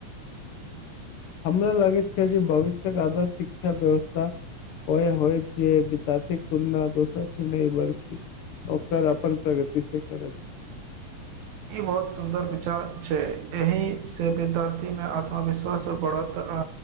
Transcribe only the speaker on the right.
ई बहुत सुन्दर विचार छै एहिसँ विद्यार्थीमे आत्मविश्वास बढ़त आ